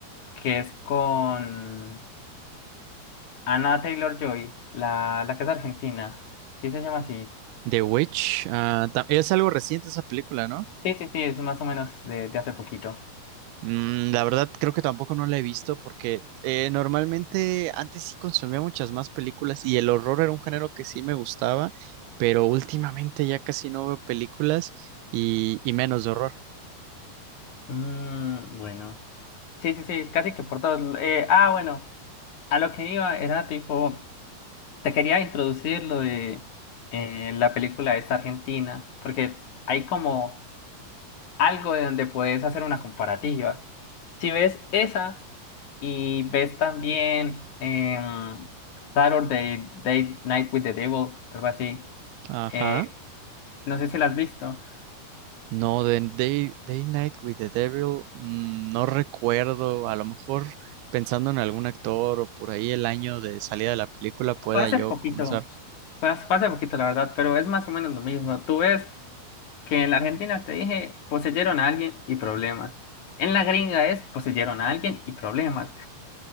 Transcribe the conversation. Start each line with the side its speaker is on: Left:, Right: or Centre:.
Left: que es con Anna Taylor-Joy, la, la que es argentina, sí se llama así.
Right: The Witch, ah, ta- es algo reciente esa película, ¿no?
Left: Sí, sí, sí, es más o menos de, de hace poquito.
Right: Mm, la verdad creo que tampoco no la he visto porque eh, normalmente antes sí consumía muchas más películas y el horror era un género que sí me gustaba, pero últimamente ya casi no veo películas y, y menos de horror.
Left: Mm, bueno, sí, sí, sí, casi que por todos. eh, ah, bueno, a lo que iba era tipo... Te quería introducir lo de eh, la película esta argentina, porque hay como algo de donde puedes hacer una comparativa. Si ves esa y ves también em, Saturday Day Night with the Devil, algo así,
Right: Ajá.
Left: eh, no sé si la has visto.
Right: No, de Day, Day Night with the Devil, mm, no recuerdo, a lo mejor pensando en algún actor o por ahí el año de salida de la película pueda
Left: Fue hace
Right: yo
Left: poquito,
Right: comenzar.
Left: fue hace fue hace poquito la verdad, pero es más o menos lo mismo. Tú ves que en la Argentina te dije, poseyeron a alguien y problemas. En la gringa es poseyeron a alguien y problemas.